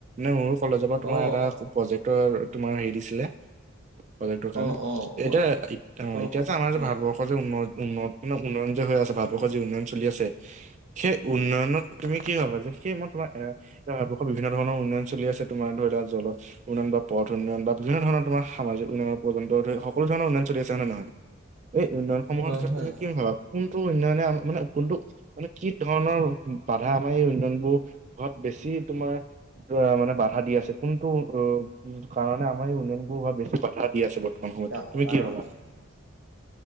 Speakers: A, on the right; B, on the right.
A: নোউচ্ কলেজৰ পৰা তোমাৰ
B: অ
A: এটা প্ৰজেক্টৰ তোমাৰ হেৰি দিছিলে প্ৰজেক্টৰ কাৰণে
B: অ অ কোৱা
A: এতিয়া অহ
B: অ
A: এতিয়া যে আমাৰ
B: কোৱা
A: যে ভাৰতবৰ্ষ দেশত যে উন্নত উন্নত উন্নয়ন যে হৈ আছে ভাৰতবৰ্ষৰ যি উন্নয়ন চলি আছে সেই উন্নয়নত
B: হয়
A: তুমি কি ভাবা যে সেই মই তোমাৰ এ ভাৰতবৰ্ষ বিভিন্ন ধৰণৰ উন্নয় চলি আছে তোমাৰ ধৰি লোৱা জল উন্নয়ন বা পথ উন্নয়ন বা বিভিন্ন ধৰণৰ তোমাৰা সামাজিক উন্নয়ন পৰ্যন্ত সকলো ধৰণৰ উন্নয়ন চলি আছে হয় নে নহয় এই উন্নয়নসমূহৰ
B: হয়
A: ভিতৰ
B: হয়
A: তুমি কি ভাবা কোনটো উন্নয়নে মানে কোনটো মানে কি ধৰণৰ বাধা আমাৰ এই উন্নয়নবোৰ ঘট বেছি তোমাৰ কোনো বাই মানে বাধা দি আছে কোনটো অহ উম কাৰণে আমাৰ এই উন্নয়ন হোৱা বেছি বাধা দি আছে বৰ্ত মোৰ মত
B: তা কাৰণে
A: কি ভাবা
B: হয়